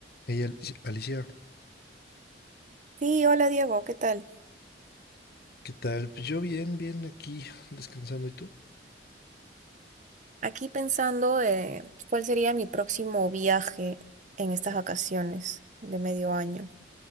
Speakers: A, on the left (about 55°); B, on the right (about 40°).
A: Hey, Alicia, Alicia,
B: Sí, hola Diego, ¿qué tal?
A: ¿qué tal? Pues yo bien, bien aquí descansando. ¿Y tú?
B: Aquí pensando eh, cuál sería mi próximo viaje en estas vacaciones de medio año.